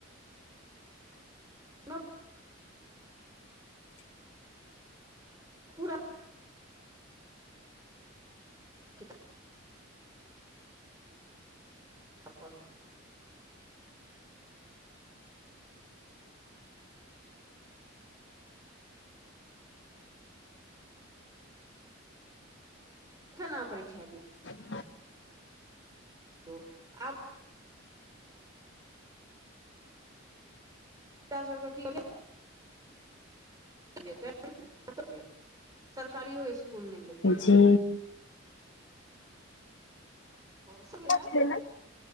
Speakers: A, on the right; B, on the left.
A: मऽ पूरा किताब पढ़हु केना परीक्षा दिऔ
B: <inaudible>
A: तो आब बच्चा सबके की <unintelligible> <unintelligible> सरकारियो इस्कूल नय लेतै
B: जी
A: आब ओ सब ओहै
B: <unintelligible>